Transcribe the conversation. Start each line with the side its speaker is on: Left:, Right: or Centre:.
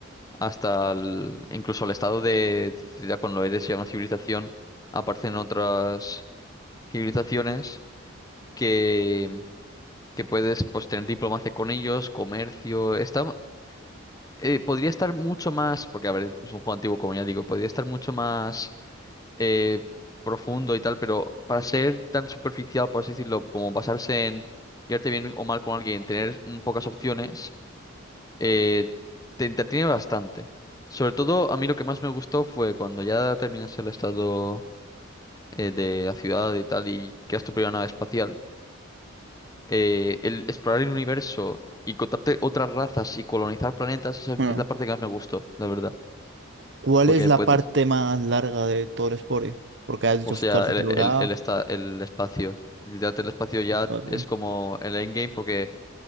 Left: hasta el- incluso el estado de ciudad cuando eres ya una civilización, aparecen otras civilizaciones que, que puedes pues tener diplomacia con ellos, comercio, está... eh, podría estar mucho más, porque a ver, es un juego antiguo, como ya digo, podría estar mucho más eh, profundo y tal, pero para ser tan superficial, por así decirlo, como basarse en llevarte bien o mal con alguien, tener mm, pocas opciones, eh, te entretiene bastante. Sobre todo, a mí lo que más me gustó fue cuando ya terminas el estado eh, de la ciudad y tal y creas tu primera nave espacial, eh, el explorar el universo y contarte otras razas y colonizar planetas, esa
Right: Bueno,
Left: es la parte que más me gustó, la verdad,
Right: ¿Cuál
Left: porque
Right: es la
Left: puedes.
Right: parte más larga de todo el Spore? Porque has dicho
Left: O sea,
Right: parte
Left: el,
Right: celular,
Left: el, el, esta- el espacio. Literalmente el espacio ya
Right: espacio.
Left: es como el endgame porque